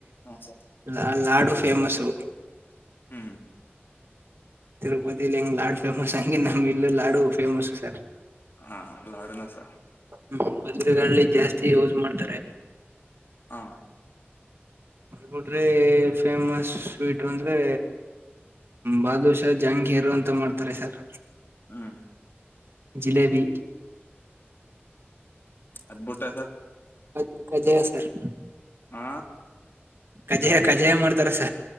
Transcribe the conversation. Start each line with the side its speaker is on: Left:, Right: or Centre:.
Left: ಹಾ ಸರ್
Right: ನಾ ಲಾಡು ಫೇಮಸು
Left: ಹು
Right: ತಿರುಪತಿಲಿ ಹೆಂಗ ಲಾಡು ಫೇಮಸ್ ಹಂಗ ನಮ್ಮ್ ಇಲ್ಲ ಲಾಡು ಫೇಮಸ್ ಸರ್
Left: ಹಾ ಲಾಡುನ ಸರ್
Right: ಹ್ಮ್ ಮದುವೆಗಳಲ್ಲಿ ಜಾಸ್ತಿ ಯೂಸ್ ಮಾಡ್ತಾರೆ
Left: ಹಾ
Right: ನೋಡ್ರಿ ಫೇಮಸ್ ಸ್ವೀಟ್ ಅಂದ್ರೆ ಬಾದೂಶ ಜಾಂಗೀರು ಅಂತ ಮಾಡ್ತಾರೆ ಸರ್
Left: ಹ್ಮ್
Right: ಜಿಲೇಬಿ
Left: ಅದ್ಭುತದ
Right: ಮತ್ ಕಜ್ಜಾಯ ಸರ್
Left: ಹ
Right: ಕಜ್ಜಾಯ ಕಜ್ಜಾಯ ಮಾಡ್ತಾ ತ್ತರಸ